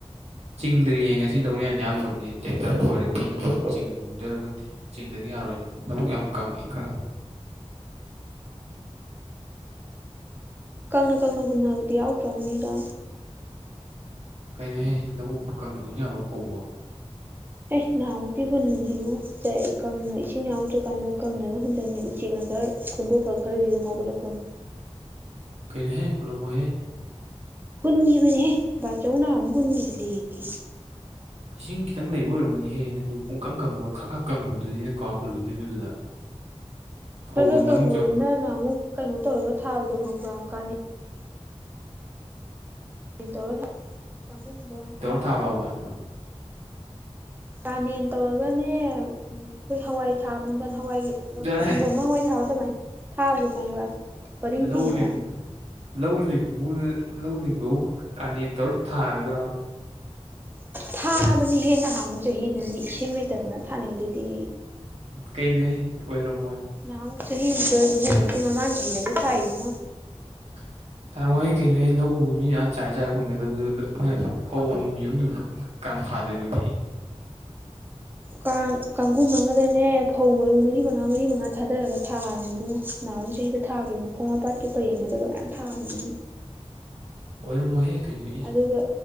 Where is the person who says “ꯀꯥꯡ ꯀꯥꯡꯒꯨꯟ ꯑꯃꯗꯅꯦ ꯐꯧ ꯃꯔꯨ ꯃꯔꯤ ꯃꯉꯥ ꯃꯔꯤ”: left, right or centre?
Right